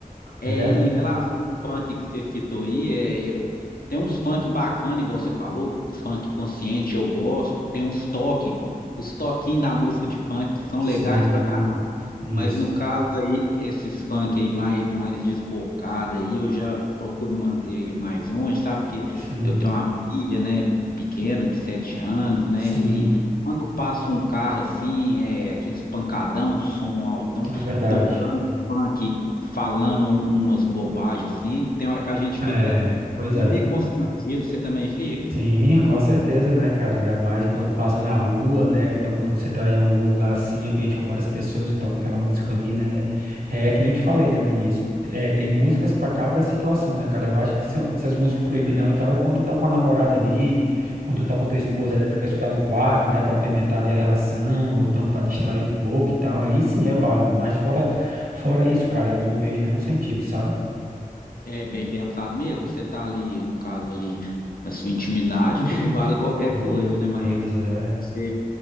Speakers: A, on the left; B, on the right.
A: É,
B: É verdade.
A: e em relação ao funk que você citou aí, é, tem uns funk bacana, igual você falou, funk consciente, eu gosto. Tem uns toques, os toquinhos da música de funk são
B: Sim,
A: legais pra caramba.
B: isso.
A: Mas no caso aí, esses funk aí mais, mais desbocado aí, eu já procuro manter mais longe, sabe? Porque
B: Sim,
A: eu tenho uma filha, né, pequena, de sete anos, né?
B: sim,
A: E quando passa um carro assim, é, aqueles pancadão, som altão,
B: é verdade.
A: tocando funk, falando um, umas bobagens assim, tem hora que a gente
B: É,
A: fica
B: pois
A: é
B: é.
A: meio constrangido, você também fica?
B: Sim, com certeza, né, cara? Ainda mais quando passa na rua, né? Ou Então, quando você tá em algum lugar assim, ambiente com várias pessoas e toca aquela música ali, né? É que nem eu te falei, né, no início. É, tem músicas pra cada situação, né, cara? Eu acho que são- essas músicas proibidão e tal é quando tu tá com a namorada ali, quando tu tá com a tua esposa
A: Uhum.
B: ali, tu quer escutar no quarto, né, Pra apimentar ali a relação, ou então pra distrair um pouco e tal. Aí sim é válido, mas fora, fora isso, cara, eu não vejo nenhum sentido, sabe?
A: É bem pensado mesmo, você tá ali, no caso ali, na sua intimidade, né? <laughs> Vale qualquer
B: Hum,
A: coisa, né? Mas
B: pois é.
A: você ir